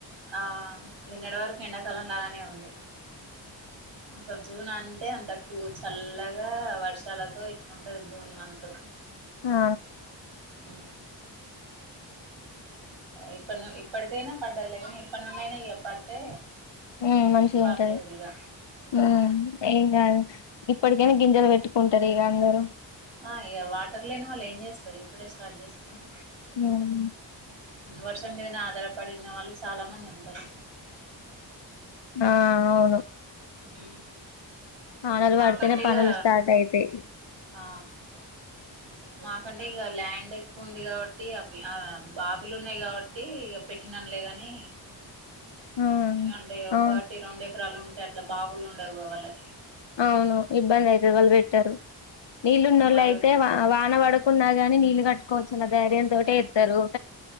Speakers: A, on the right; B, on the left.
A: ఆ నిన్నటి వరకు ఎండకాలం లాగానే ఉంది అసలు జీవన అంటే అంత కు చల్లగా వర్షాలతో ఇట్ల ఉంటది జూన్ మంత్
B: ఆ
A: ఊ ఇప్పు ఇప్పడికైనా పడ్డయి లె గని ఇప్పడినుండి ఐన ఇయ పడితే
B: ఉ మంచిగుంటది
A: పర్లేదు ఇక
B: ఉ ఏం కాదు ఇప్పటికైనా గింజలు పెట్టుకుంటరు ఇగ అందరూ
A: ఆ ఇగ వాటర్ లేని వాళ్ళు ఏం చేస్తారు ఇప్పుడే స్టార్ట్ చేస్తరు
B: ఉమ్
A: వర్షం మీదనే ఆధారపడిన వాళ్ళు చాలా మంది ఉంటారు
B: ఆ అవును
A: ఉ
B: వానలు
A: మాకంటెగా
B: పడితేనే పనులు స్టార్ట్ అయితాయి
A: ఆ మాకంటె ఇగ ల్యాండ్ ఎక్కువ ఉంది కాబట్టి అవి ఆ బాబులు ఉన్నాయి కాబట్టి ఇక పెట్టిననులే గాని
B: ఆ
A: అంటే ఒకటి
B: ఆ
A: రెండు ఎకరాలు ఉంటే అట్లా బావులు ఉండవుగా వాళ్ళకి
B: అవును ఇబ్బందయితది వల్ బెట్ టరు నీళ్ళునొల్లైతే
A: వాళ్ళు
B: వాన పడకున్నా గాని నీ ఇల్లు కట్టుకోవచ్చు అన్న ధైర్యయంతోటేస్తారు